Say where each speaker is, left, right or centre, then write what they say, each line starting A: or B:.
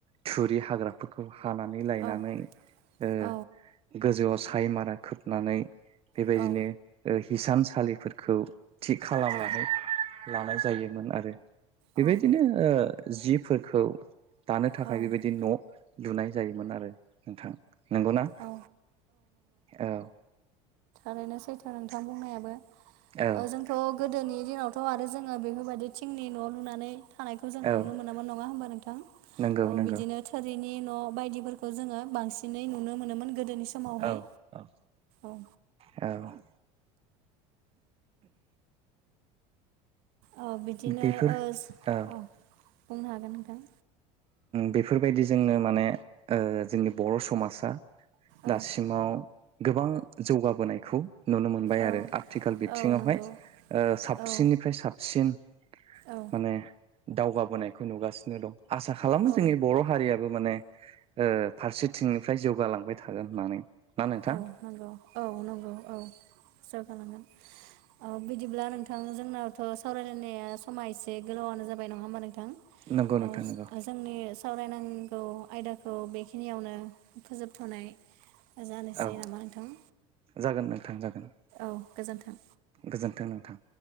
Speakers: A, on the right (about 40°); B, on the right (about 70°).
A: थुरि हाग्राफोरखौ। हानानै लायनानै
B: औ
A: ओ-गोजौआव
B: औ
A: साय मारा खोबनानै। बेबायदिनो
B: औ
A: ओ-हिसानसालिफोरखौ। थिग खालामनानै
B: औ
A: लानाय जायोमोन आरो बेबायदिनो
B: औ
A: ओ- जिफोरखौ दानो थाखाय
B: औ
A: बेबायदि न' लुनाय जायोमोन आरो। नोंथां नंगौ ना?
B: औ
A: औ
B: ओनो सैथो नोंथां बुंनायाबो
A: औ
B: ओ-जोंथ' गोदोनि दिनावथ थ' आरो जोङो बेफोरबायदि थिंनि न' लुनानै। थानायखौ जों
A: औ
B: नुनो मोनामोन नङा हबा नोंथां औ
A: नंगौ नंगौ
B: बिदिनो थोरिनि न'। बायदिफोरखौ जोङो बांसिनै नुनो मोनोमोन गोदोनि समावहाय
A: औ औ
B: औ।
A: औ।
B: औ बिदिनो
A: बेफोर
B: ओस
A: औ
B: बुंनो हागोन नोंथां।
A: बेफोरबायदि जोंनो माने जोंनि बर' समाजा।
B: औ
A: दासिमाव गोबां जौगाबोनायखौ। नुनो मोनबाय
B: औ
A: आरो आथिखाल बिथिङावहाय
B: औ नंगौ
A: ओ साबसिननिफ्राय
B: औ
A: साबसिन।
B: औ
A: माने दावगाबोनायखौ नुगासिनो दं आसा खालामो
B: औ
A: जोंनि बर' हारियाबो माने। ओ फारसेथिंनिफ्राय जौगालांबाय थागोन होननानै। ना नोंथां
B: औ नंगौ औ नंगौ औ जौगालांगोन। औ बिदिब्ला नोंथां जोंनावथ' सावरायलायनाया समा एसे गोलावानो जाबाय नङा ओमबा नों थां
A: नंगौ नोंथां
B: ओस
A: नंगौ
B: जोंनि सावरायनाय नांगौ आयदाखौ बेखिनियावनो फोजोबथ'नाय। जानोसै
A: औ
B: नामा नोंथां
A: जागोन नोंथां जागोन।
B: औ गोजोन्थों।
A: गोजोन्थों नोंथां।